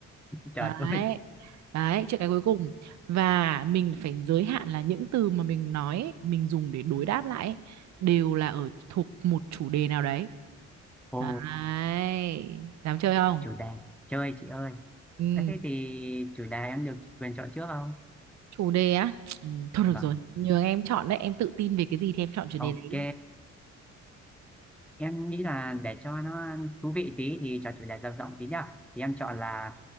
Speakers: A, in the centre; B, on the right.
A: trời
B: Đấy.
A: ơi
B: Đấy, chữ cái cuối cùng. Và mình phải giới hạn là những từ mà mình nói, ấy, mình dùng để đối đáp lại ấy, đều là ở thuộc một chủ đề nào đấy.
A: ồ
B: Đấy. Dám chơi không?
A: chủ đề chơi chị ơi
B: Ừ.
A: à, thế thì chủ đề em được quyền chọn trước không
B: chủ đề á ừ, thôi được
A: vâng
B: rồi nhường em chọn đấy em tự tin về cái gì thì em chọn chủ
A: ok
B: đề đấy đi
A: em nghĩ là để cho nó thú vị tí thì chọn chủ đề rộng rộng tí nhá thì em chọn là